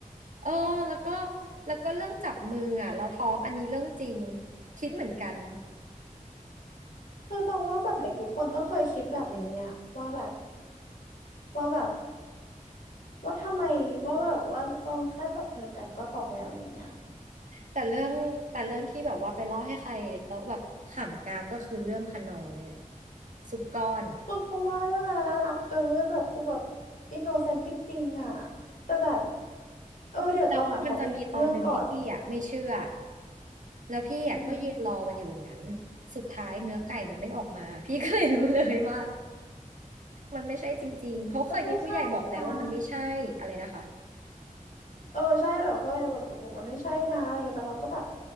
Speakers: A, on the right; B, on the left.
A: เออแล้วก็แล้วก็เรื่องจับมืออ่ะเราท้องอันนี้เรื่องจริงคิดเหมือนกัน
B: คือตองว่าแบบเด็กทุกคนต้องเคยคิดแบบนี้อะว่าแบบว่าแบบว่าทำไมว่าแบบว่าต้องแค่จับมือกันก็ท้องแล้วอย่างเงี้ย
A: แต่เรื่องแต่เรื่องที่แบบว่าไปเล่าให้ใครแล้วแบบขำกากก็คือเรื่องคนนอเนี่ยแหละซุปก้อน
B: คือเพราะว่าเรื่องอะไรน่ารักเกินแบบคือแบบอินโนเซนต์จริงๆอ่ะแต่แบบเออเดี๋ยวตองอ่ะขอไปในกเรื่องก่อน
A: แล้วมันจะมีตอนหนึ่งที่พี่อ่ะไม่เชื่อแล้วพี่อ่ะก็ยืนรอมันอยู่อย่างนั้น
B: อือหือ
A: สุดท้ายเนื้อไก่มันไม่ออกมา <laughs> พี่ก็เลยรู้เลยว่ามันไม่ใช่จริงๆเพราะเคยมีผู้ใหญ่บอกแล้วว่ามันไม่ใช่อะไรนะคะ
B: มันไม่ใช่นะเออใช่แบบเพื่อนแบบบอกมันไม่ใช่นะอะไรเงี้ยแต่เราก็แบบ